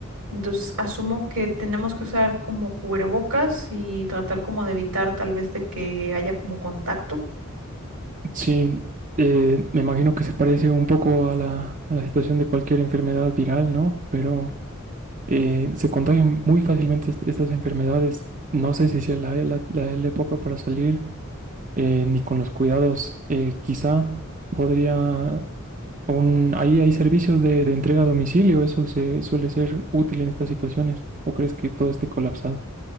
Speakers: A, on the right (about 80°); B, on the right (about 40°).
A: entonces asumo que tenemos que usar como cubrebocas y tratar como de evitar tal vez de que haya como contacto.
B: Sí, eh, me imagino que se parece un poco a la, a la situación de cualquier enfermedad viral, ¿no? Pero eh, se contagian muy fácilmente est- estas enfermedades. No sé si sea la, la- la- la época para salir, eh, ni con los cuidados. Eh, quizá podría... un- ahí hay servicios de, de entrega a domicilio, eso se suele ser útil en estas situaciones. ¿O crees que todo esté colapsado?